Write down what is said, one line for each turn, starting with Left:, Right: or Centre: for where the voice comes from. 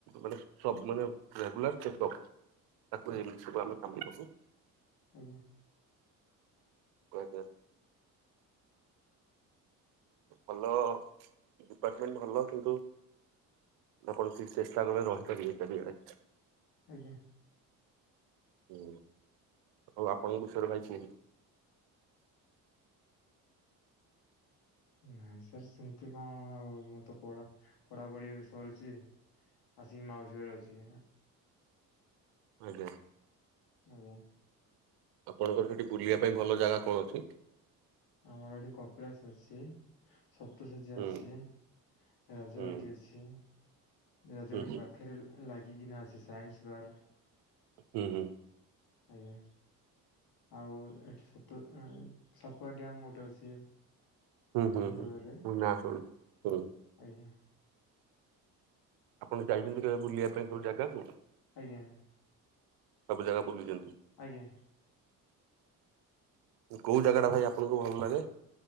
Right: ମାନେ ସବ ମାନେ ରେଗୁଲାର ଚେକଅପ୍ ତାକୁ ନେଇ ମିଛବୁ ଆମେ କାମ କରୁ।
Left: ଆଜ୍ଞା
Right: କଆକାର ଭଲ ଡିପାର୍ଟମେଣ୍ଟ ଭଲ କିନ୍ତୁ ଆପଣ କୌଣସି ଚେଷ୍ଟା କଲେ ରହିପାରିବେ ଏଇଟା ବି ଆଡେ
Left: ଆଜ୍ଞା।
Right: ହୁଁ ହୋଉ ଆପଣଙ୍କ ବିଷୟରେ ଭାଇ କୁହ <inaudible>
Left: ନାଇଁ ସାର୍ ସେମିତି କଣ ଆଉ ମୁଁ ତ ପଢ଼ା ପଢାପଢି ଏବେ ସରିଚି। ଆସିକି ମାଉସୀ ଘରେ ଅଛି।
Right: ଆଜ୍ଞା।
Left: ଆଜ୍ଞା
Right: ଆପଣଙ୍କର ସେଠି ବୁଲିବା ପାଇଁ ଭଲ ଜାଗା କଣ ଅଛି?
Left: ଆମର ଏଠି କପିଳାସ ଅଛି ସପ୍ତସଯ୍ୟା
Right: ହୁଁ
Left: ଅଛି। ରାଜବାଟି
Right: ହୁଁ
Left: ଅଛି ରାଜବାଟି
Right: ହୁଁ
Left: ପାଖରେ ଲାଗି କିନା ଅଛି ସାଇନ୍ସ ପାର୍କ।
Right: ହୁଁ ହୁଁ।
Left: ଆଜ୍ଞା। ଆଉ ଏଠି ସାପୁ ଉଁ ସାପୁଆ ଡ୍ୟାମ ଗୋଟେ ଅଛି।
Right: ହୁଁ ହୁଁ
Left: ହିନ୍ଦୁଳରେ
Right: ହୁଁ ମୁ ନାଁ ଶୁଣିଚି ହୁଁ।
Left: ଆଜ୍ଞା।
Right: ଆପଣ ଯାଇଚନ୍ତି କେବେ ବୁଲିବା ପାଇଁ କୋଉ ଜାଗାକୁ?
Left: ଆଜ୍ଞା
Right: ସବୁ ଜାଗା ବୁଲିଚନ୍ତି?
Left: ଆଜ୍ଞା
Right: କୋଉ ଜାଗା ଟା ଭାଇ ଆପଣଙ୍କୁ ଭଲ ଲାଗେ?